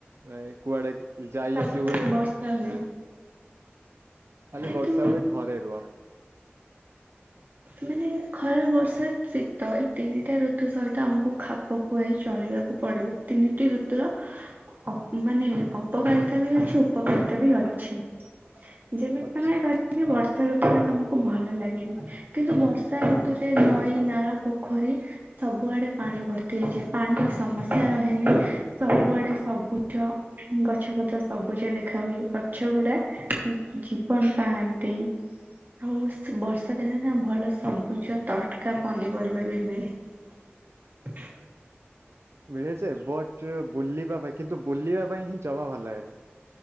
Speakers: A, on the right; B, on the right.
A: ମାନେ କୁଆଡେ ଯାଇ
B: ସବୁବେଳେ
A: ଆସି ହୁଏ
B: ବର୍ଷା ହୁଏ
A: ନା ଖାଲି
B: କିନ୍ତୁ
A: ବର୍ଷା ହୁଏ ଘରେ ରୁହ।
B: ମାନେ ଖରା, ବର୍ଷା, ଶୀତ ଏଇ ତିନିଟା ଋତୁ ସହିତ ଆମକୁ ଖା ପ ଖୁଆଇ ଚଳିବାକୁ ପଡିବ ତିନିଟି ଋତୁର ଅ ମାନେ ଅ ଅପକାରିତା ବି ଅଛି ଉପକାରତା ବି ଅଛି। ଯେମିତି
A: ଅଛି
B: ତମେ ବା <inaudible> ବର୍ଷା ଋତୁରେ ତମକୁ ଭଲ ଲାଗେନି କିନ୍ତୁ ବର୍ଷା ଋତୁରେ ନଈ, ନାଳ ପୋ ପୋଖରୀ ସବୁଆଡେ ପାଣି ଭର ତି ହେଇଯାଏ ପାଣିର ସମସ୍ୟା ରହେନି ସବୁଆଡେ ସବୁଜ ଗଛ ପତ୍ର ସବୁଜ ଦେଖା ହୁଏ ଗଛ ଗୁଡା ଉଁ ଜୀବନ ପାଆନ୍ତି। ଆଉ ସୁ ବର୍ଷା ଦିନେ ନା ଭଲ ସବୁଜ ତଟକା ପନିପରିବା ବି ମିଳେ।
A: ମିଳେଯ ବଟ ବୁଲିବା ପାଇଁ କିନ୍ତୁ ବୁଲିବା ପାଇଁ ହିଁ ଜମା ଭଲ ଲାଗେନି।